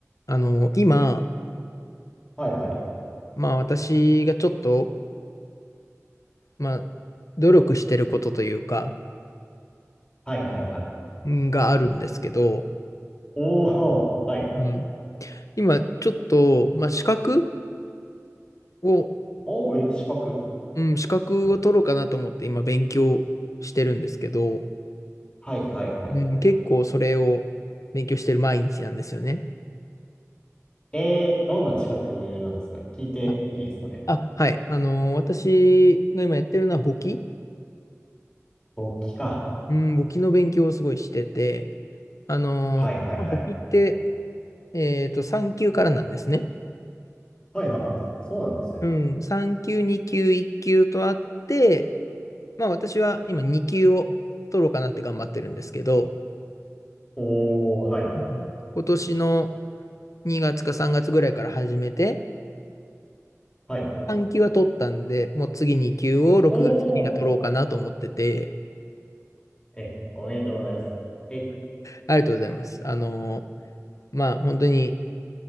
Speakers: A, on the left (about 80°); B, on the left (about 20°).
A: あの、今、
B: はいはい。
A: まあ私がちょっと、まあ、努力してることというか、
B: はいはいはい。
A: んがあるんですけど、
B: おー、はい。
A: うん、今ちょっと、まあ資格を、
B: おー、え、資格。
A: うん、資格を取ろうかなと思って今勉強してるんですけど、
B: はいはいはい。
A: うん、結構それを勉強してる毎日なんですよね。
B: えー、どんな資格なんですか聞いていいですかね
A: あ、あはい。あの、私が今やってるのは簿記。
B: 簿記か。
A: うん、簿記の勉強をすごいしてて、あの、
B: はいはいはい。
A: まあ簿記って、えっと、3級からなんですね。
B: はいはい、あ、そうなんですね。
A: うん、3級、2級、1級とあって、まあ私は今2級を取ろうかなって頑張ってるんですけど、
B: おー、はい。
A: うん今年の2月か3月ぐらいから始めて、
B: はい。
A: 3級は取ったんで、もう次2級を6月には取ろうかなと思ってて、
B: おー、え、おめでとうございます。え、
A: ありがとうございます。あの、まあ本当に